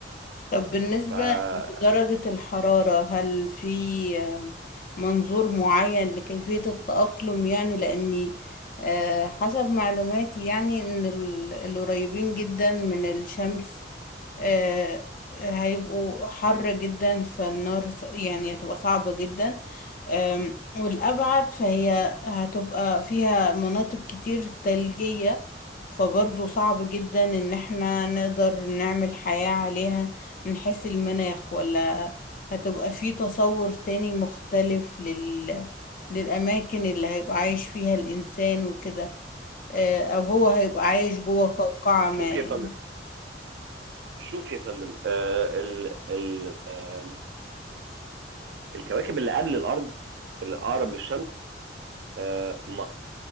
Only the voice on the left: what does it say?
طب بالنسبة
لدرجة الحرارة هل في منظور معين لكيفية التأقلم يعني لأني آه، حسب معلوماتي يعني إن ال- القريبين جدا من الشمس آه، هيبقوا حر جدا فالنار ص- يعني هتبقى صعبة جدا آم، والأبعد فهي هتبقى فيها مناطق كتير ثلجية فبرضه صعب جدا إن احنا نقدر نعمل حياة عليها من حيث المناخ ولا هتبقى في تصور تاني مختلف لل... للأماكن اللي هيبقى عايش فيها الإنسان وكده آه، أو هو هيبقى عايش جوه قوقعة ما
يعني